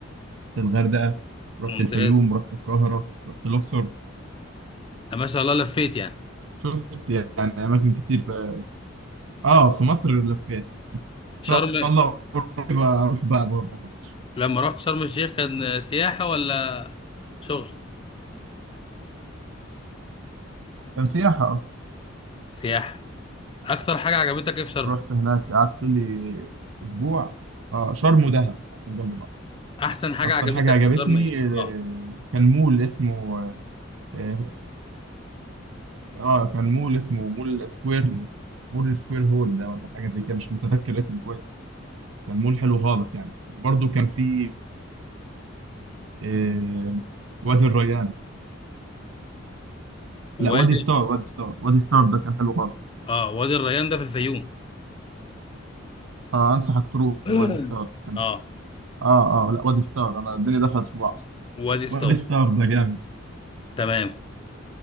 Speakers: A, on the right; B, on the left.
A: رحت الغردقة رحت
B: ممتاز
A: الفيوم ورحت القاهرة رحت الأقصر
B: أنا ما شاء الله لفيت يعني
A: شفت يعني أماكن كتير في آه في مصر لفيت إن
B: شرم
A: شاء الله قريب أروح بقى بره مصر
B: لما رحت شرم الشيخ كان آه، سياحه ولا شغل
A: كان سياحة آه.
B: سياحه اكتر حاجه عجبتك ايه في شرم
A: رحت هناك قعدت لي أسبوع آه شرم ودهب عشان جنب بعض
B: احسن حاجه
A: أكتر
B: عجبتك
A: حاجة عجبتني
B: في شرم ايه
A: آه،
B: اه
A: كان مول اسمه آه، اه كان مول اسمه مول سكوير مول سكوير هول ده ولا حاجه زي كده مش متذكر اسمه كويس كان مول حلو خالص يعني وبرده كان في آه، وادي الريان
B: وادي
A: لا وادي ستار وادي ستار وادي ستار ده كان حلو خالص
B: اه وادي الريان ده في الفيوم
A: آه انصحك تروح
B: <clears throat>
A: وادي ستار كان
B: اه
A: اه اه لا وادي ستار انا الدنيا دخلت في بعض
B: وادي ستار
A: وادي ستار ده جامد
B: تمام